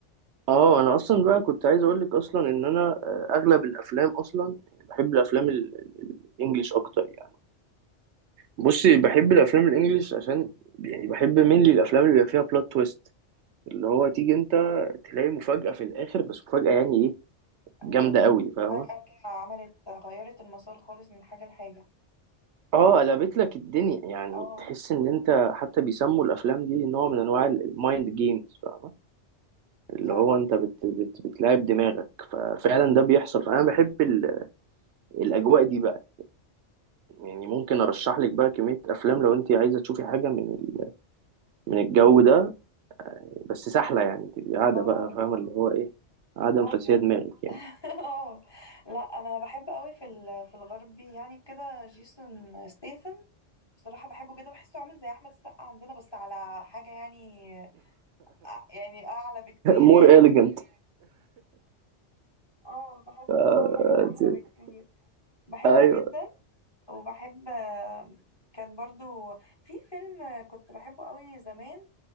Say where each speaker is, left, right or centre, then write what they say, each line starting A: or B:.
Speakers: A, on the right; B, on the left.
A: اه انا اصلا بقى كنت عايز اقول لك اصلا ان انا آه، اغلب الافلام اصلا بحب الافلام ال- ال- الانجليش اكتر يعني بصي بحب الافلام الانجليش عشان يعني بحب مين الافلام اللي بيبقى فيها بلوت تويست اللي هو تيجي انت تلاقي مفاجأة في الاخر بس مفاجأة يعني ايه
B: ايوه
A: جامدة قوي فاهمة
B: فجأة كده عملت غيرت المسار خالص من حاجة لحاجة
A: اه قلبت لك الدنيا يعني
B: اه
A: تحس ان انت حتى بيسموا الافلام دي نوع من انواع المايند جيمز فاهمة اللي
B: فعلا
A: هو انت بت بت بتلعب دماغك ففعلا ده بيحصل فانا بحب ال... الاجواء دي بقى يعني ممكن ارشح لك بقى كمية افلام لو انت عايزة تشوفي حاجة من ال... من الجو ده بس سهلة يعني تبقي قاعدة
B: اه
A: بقى فاهمة اللي هو ايه قاعدة
B: فاضية
A: مفسية دماغك يعني
B: <laughs> اه لا انا بحب قوي في ال- في الغربي يعني كده جيسون ستيثم بصراحة بحبه جدا بحسه عامل زي احمد السقا عندنا بس على حاجة يعني أ- يعني اعلى بكتير
A: مور
B: يعني
A: إيليجنت
B: اه بحس
A: <laughs>
B: ان هو حاجة احلى بكتير بحبه
A: ايوه
B: جدا وبحب كان برضو في فيلم كنت بحبه قوي زمان